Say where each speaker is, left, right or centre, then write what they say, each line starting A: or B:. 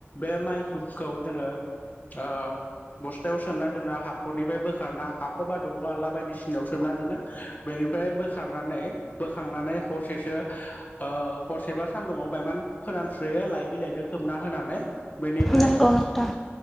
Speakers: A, on the left; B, in the centre.
A: बे माइखौ जोङो ओ बस्थायाव सोमना दोनना हाखरनिफ्राय बोखारना हाखरबा दंग आलला बायदिसिनायाव सोमना दोनो बेनिफ्राय बोखारनानै बोखांनानै हरसेसो ओ हरसे बा सान्दुुंङाव बायमान फोरानस्रोयो लाइ बिलाइजों खोबना होनानै बेनिफ्राय
B: नंगौ नोंथां नंगौ नोंथां